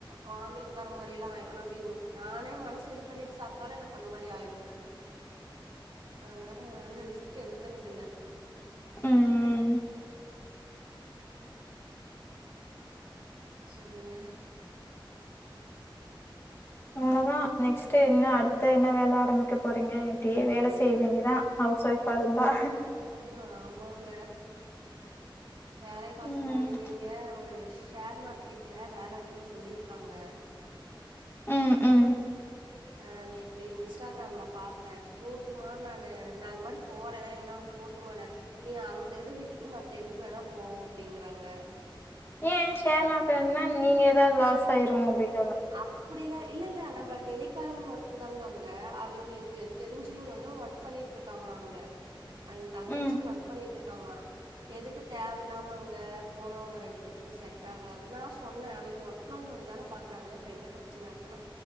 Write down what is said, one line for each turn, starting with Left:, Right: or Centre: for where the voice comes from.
Right: வாமிட் வர மாரிலா ஆய்ரு நவின் நானே மனச இதுபண்ணிட்டு சாப்ட்டாலு எனக்கு அந்த மாரி ஆய்டுங்க ஆனால அந்த ரிஸ்க் எடுக்குறதில்ல
Left: ம்
Right: சொல்லுங்க
Left: அவ்ளோதா நெக்ஸ்ட்டு
Right: அப்புறங்க
Left: என்ன அடு த்து என்ன வேல ஆரம்பிக்க போறீங்க இப்டியே வேல செய் வேண்டிதா ஹவுஸ் ஒய்ஃபாருந்தா
Right: ஹாமாங்க வேலைய பாத்து
Left: ம்
Right: போனுங்க இங்க ஒரு ஷேர் மார்க்கெட்ல வேலருக்குன் சொல்லிருக்காங்க
Left: ம் ம்
Right: ஆ நேத்து இன்ஸ்டாகிராம்ல பாத்தே போட்டுமா நானு நா அன் மாரி போறே எல்லா போட்டுமானே நீ அந்த இத விட்டுட்டு மத்த எதுக்கு வேணா போ அப்டிங்கறாங்க
Left: ஏ ஷேர் மார்க்கென்னா நீங்க எதாது லாஸ்ஸாய்ரு அப்டின்
Right: அப்பிடிலா இல்லெல்ல நம்ம டெலி காலிங் ஒர்க்கு தாங்க அங்க அவிங்களுக்கு தெரிஞ்சிங் வந்து ஒர்க் பண்ணிட்ருக்காங்ளா அங்க அவிங்க தங்கச்சி
Left: ம்
Right: ஒர்க் பண்ணிட்ருக்காங்ளா எதுக்கு தேவயில்லாம அங்க போனா உங்க ரெண்டு பேத்துக்கு செட்டாகாது நா சொன்னே அவிங்க ஒர்க் ஃபிரம் ஹோம் தான பாக்குறாங்க இப்ப என்ன பிரச்சன அப்புன்னா